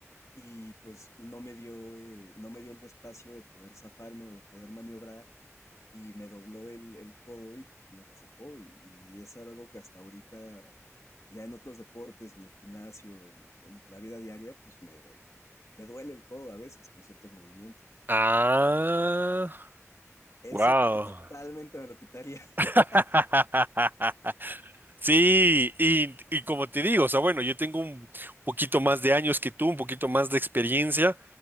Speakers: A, on the left; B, on the right.
A: y pues no me dio, eh, no me dio el espacio de poder zafarme o de poder maniobrar y me dobló el, el codo y pues me lo zafó y, y es algo que hasta ahorita ya en otros deportes, en el gimnasio, en, en la vida diaria, pues me, me duele el codo a veces con ciertos movimientos.
B: Ah,
A: Eso
B: wow.
A: totalmente me lo quitaría.
B: <laughs>
A: <laughs>
B: Sí, y, y como te digo, o sea, bueno, yo tengo un poquito más de años que tú, un poquito más de experiencia,